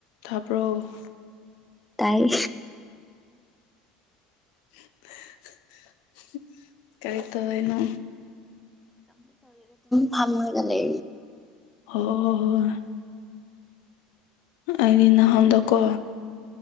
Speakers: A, on the left (about 75°); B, in the centre.
A: ꯊꯥꯕ꯭ꯔꯣ
B: ꯇꯥꯏ
A: <unintelligible> ꯀꯩ ꯇꯅꯣ
B: ꯐꯜ ꯃꯒꯂꯦ
A: ꯑꯣ ꯍ ꯑꯩꯗꯤ ꯅꯍꯥꯟꯗꯀꯣ